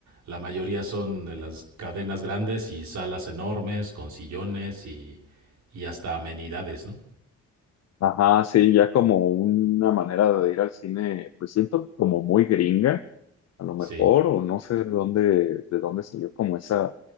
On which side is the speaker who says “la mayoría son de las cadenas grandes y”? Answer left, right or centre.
Right